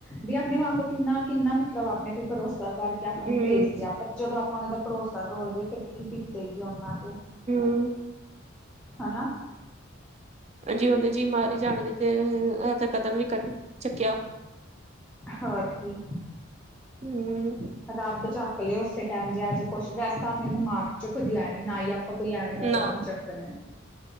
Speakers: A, in the centre; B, on the right.
A: ਵੀ ਆਪਣੇ ਮਾਂ-ਪਿਉ ਕਿੰਨਾ- ਕਿੰਨਾ ਮਤਲਬ ਆਪਣੇ ਤੇ ਭਰੋਸਾ ਭਰੋਸਾ ਕਰਕੇ ਆਪਾਂ ਨੂੰ
B: ਹੂੰ
A: ਭੇਜਦੇ ਆ, ਪਰ ਜਦੋਂ ਆਪਾਂ ਉਹਨਾਂ ਦਾ ਭਰੋਸਾ ਤੋੜ ਦੇਈਏ ਫਿਰ ਕੀ ਬੀਤੇਗੀ ਉਹਨਾਂ ਤੇ।
B: ਹੂੰ,
A: ਹਨਾ।
B: ਹਾਂਜੀ ਜਿਉਂਦੇ ਜੀ ਮਰ ਹੀ ਜਾਣਗੇ, ਤੇ ਇਹੋ ਜਾ ਕਦਮ ਵੀ ਕੱ ਚੱਕਿਆ।
A: ਹੋਰ ਕੀ?
B: ਹੂੰ
A: ਰੱਬ ਚੱਕ ਲਏ ਉਸੇ ਟਾਈਮ ਜੇ ਅੱਜ ਕੁਛ ਵੈਸ ਤਾਂ ਆਪਣੇ ਦਿਮਾਗ ਚੋਂ ਕਦੀ ਆਏ ਨੀ, ਨਾ ਆਪਾਂ ਕੋਈ ਐਵੇਂ ਦਾ
B: ਨਾ
A: ਕਦਮ ਚੱਕਣਾ।